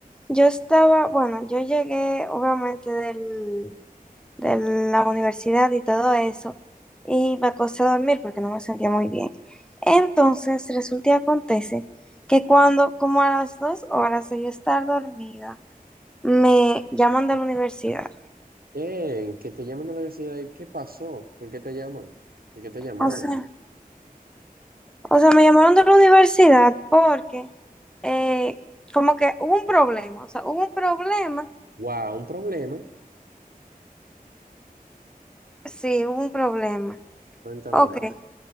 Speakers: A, in the centre; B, on the right.
A: yo estaba, bueno, yo llegué obviamente del, de la universidad y todo eso y me acosté a dormir porque no me sentía muy bien. Entonces resulta y acontece que cuando, como a las dos horas de yo estar dormida, me llaman de la universidad.
B: bien, que te llaman a la universidad. ¿y ¿Qué pasó? ¿Por qué te llaman? ¿Por qué te llamaron?
A: O sea, o sea, me llamaron de la universidad porque... eh, como que hubo un problema, o sea, hubo un problema,
B: Wow, un problema.
A: sí, hubo un problema.
B: Cuéntame
A: Ok,
B: más.